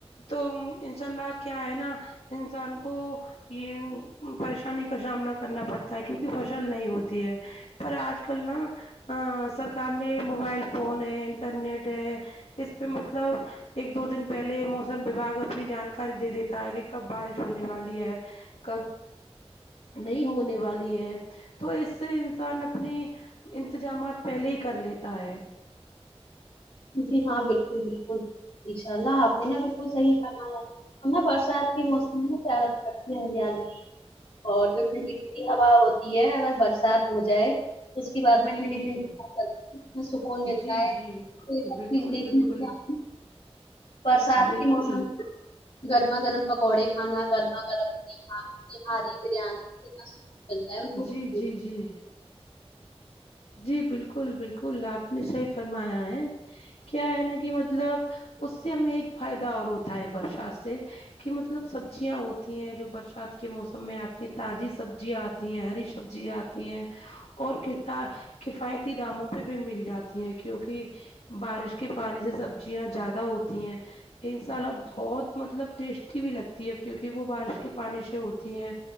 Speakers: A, on the left (about 80°); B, on the left (about 65°).
A: تو انشاء اللہ کیا ہے نا انسان کو یہ پریشانی کا سامنا کرنا پڑتا ہے کیونکہ فصل نہیں ہوتی ہے پر آج کل نہا ا سرکار نے موبائل فون ہے انٹرنیٹ ہے اس پہ مطلب ایک دو دن پہلے مو موسم وباگ اپنی جانکاری دے دیتا ہے کہ کب بارش ہونے والی ہے کب نہیں ہونے والی ہے تو اس سے انسان اپنی انتظامات پہلے ہی کر لیتا ہے
B: جی ہاں بالکل بالکل ان شاء اللہ آپ نے نا بالکل صحیح کرنا ہے ہم نا برسات کے موسم میں نا زارہ ترقتی ہے ہریالی اور جو ٹھنڈی ٹھنڈی ہوا ہوتی ہے اگر برسات ہو جائے تو اس کے بعد
A: جی
B: میں ٹھنڈی
A: جی
B: ٹھنڈی پ چتی ہ سکون ملتا
A: جی
B: ہے
A: جی
B: سب
A: بالکل
B: چیز دیکھنے
A: بالکل
B: برسات
A: بالکل
B: کے موسم گرما گرم پکوڑے کھانا گرما گرم ہاری بریانی ب ہے
A: جی جی جی جی بالکل بالکل آپ نے صحیح فرمایا ہے کیا ہے نا کہ مطلب اس سے ہمیں ایک فائدہ اور ہوتا ہے برشا سے کہ مطلب سبزیاں ہوتی ہیں جو برسات کے موسم میں آتی ہیں تازی سبزیاں آتی ہیں ہری سبزیاںتی ہیں اور کتا کفایتی داموں پہ بھی مل جاتی ہیں کیوںکہ بارش کے پانی سے سبزیاں زیادہ ہوتی ہیں انساء الب بہت مطلب ٹیسٹی بھی لگتی ہے کیونکہ وہ بارش کے پانی سے ہوتی ہیں